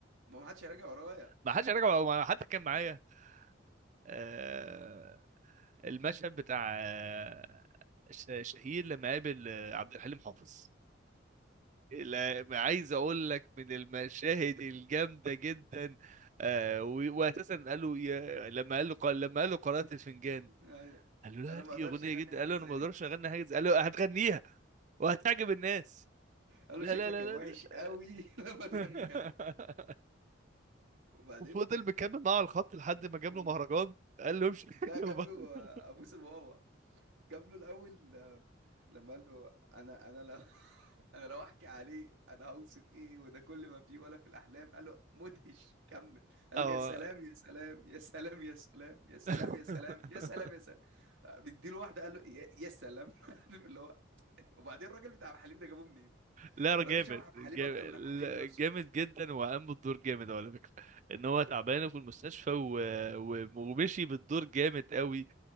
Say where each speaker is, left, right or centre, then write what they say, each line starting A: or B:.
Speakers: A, on the right; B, on the right.
A: ما ما حدش هيراجع ورايا
B: ما حدش رجع ما حد كان معايا آه المشهد بتاع آه ش- شهير لما قابل آه، عبد الحليم حافظ لا- عايز اقول لك من المشاهد الجامده جدا آه و- واساسا قال له يا- لما قال له قال لما قال له قارئة الفنجان
A: يعني
B: قال له لا
A: انا
B: دي
A: ما اقدرش
B: اغنيه
A: اغني
B: جدا
A: حاجه
B: قال له
A: زي
B: انا ما اقدرش
A: دي
B: اغني حاجه زي- قال له هتغنيها وهتعجب الناس
A: قال
B: لا
A: له شكلك
B: لا لا
A: هيبقى
B: لا,
A: وحش
B: لا.
A: قوي <laughs> لما تغنيها
B: <laughs>
A: وبعدين
B: وفضل مكمل معاه على الخط لحد ما جاب
A: وال-
B: له مهرجان قال له امشي <laughs>
A: لا جاب له آه، ابوس الواوا جاب له الاول لما قال له انا انا لو <laughs> انا لو احكي عليه انا هوصف ايه وده كل ما فيه ولا في الاحلام قال له مدهش كمل قال
B: اه
A: له يا سلام يا سلام يا سلام يا سلام يا سلام
B: <laughs>
A: يا سلام يا سلام يا سلام مديله واحده قال له يا, يا سلام <laughs> عارف اللي هو وبعدين الراجل بتاع عبد الحليم ده جابوه منين
B: لا
A: الراجل
B: جامد
A: شبه عبد الحليم
B: جامد
A: اكتر من
B: لا،
A: عبد الحليم نفسه
B: جامد جدا وقام بالدور جامد على فكره ان هو تعبان في المستشفى و... و... ومشي بالدور جامد قوي